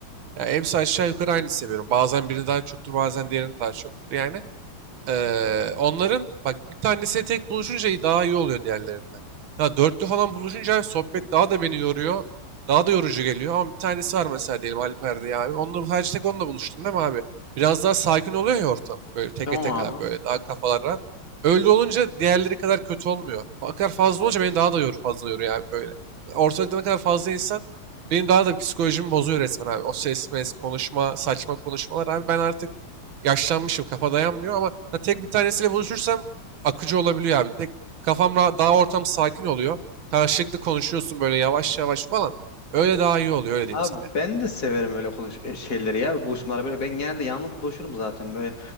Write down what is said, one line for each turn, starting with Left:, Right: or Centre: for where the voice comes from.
Right: Ya hepsi aşağı yukarı aynı seviyorum. Bazen birini daha çoktur, bazen diğerini daha çoktur yani. Eee, onların bak bir tanesi tek buluşunca iyi- daha iyi oluyor diğerlerinden. Ha, dörtlü falan buluşunca sohbet daha da beni yoruyor. Daha da yorucu geliyor ama bir tanesi var mesela diyelim Alper diye abi. Onunla sadece tek onunla buluştun değil mi abi? Biraz daha sakin oluyor ya ortam. Böyle teke
Left: Tamam
Right: tek
Left: abi.
Right: abi böyle daha kafalar rahat. Öyle olunca diğerleri kadar kötü olmuyor. Fakat fazla olunca beni daha da yor fazla yoruyor abi böyle. Ortalıkta ne kadar fazla insan benim daha da psikolojimi bozuyor resmen abi. O ses, mes, konuşma, saçma konuşmalar abi. Ben artık yaşlanmışım kafa dayanmıyor ama ha, tek bir tanesiyle buluşursam akıcı olabiliyor abi. Tek kafam rahat, daha ortam sakin oluyor. Karşılıklı konuşuyorsun böyle yavaş yavaş falan. Öyle daha iyi oluyor öyle diyeyim
Left: Abi
Right: sana yani.
Left: ben de severim öyle konuş e, şeyleri ya buluşmaları böyle ben genelde yalnız buluşurum zaten böyle